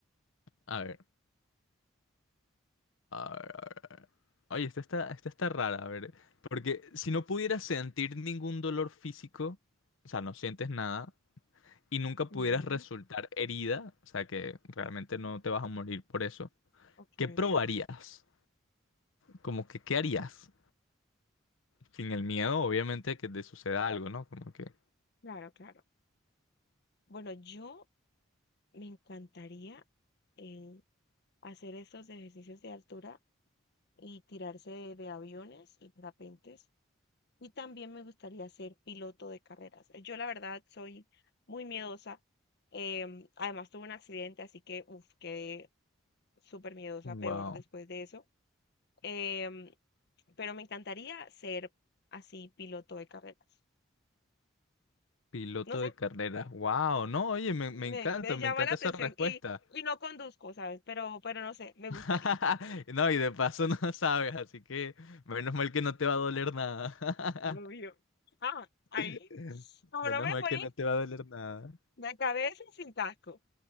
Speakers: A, on the left (about 75°); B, on the left (about 55°).
A: A ver, a ver, a ver. a ver. Oye, esta está, esta está rara, a ver. Porque si no pudieras sentir ningún dolor físico, o sea, no sientes nada. y nunca
B: Ujú,
A: pudieras resultar herida, o sea que realmente no te vas a morir por eso,
B: Ok,
A: ¿qué probarías? Como que, ¿qué harías? Sin el miedo, obviamente, que te suceda algo, ¿no? Como que,
B: claro, claro. Bueno, yo me encantaría eh, hacer estos ejercicios de altura y tirarse de, de aviones y parapentes Y también me gustaría ser piloto de carreras. Yo la verdad soy muy miedosa. em, además tuve un accidente, así que uf, quedé súper miedosa,
A: wow,
B: peor después de eso. em, pero me encantaría ser así piloto de carreras.
A: piloto
B: No sé,
A: de carreras, wow, no, oye, me,
B: me,
A: me encanta,
B: me
A: me
B: llama
A: encanta
B: la atención
A: esa respuesta.
B: y, y no conduzco, ¿sabes? Pero, pero no sé, me gustaría.
A: <laughs> No, y de paso no sabes, así que menos mal que no te va a doler nada.
B: Obvio. Ah, ahí.
A: <laughs>
B: Como
A: Menos
B: no voy a
A: mal
B: morir,
A: que no te va a doler nada.
B: me acabé sin casco.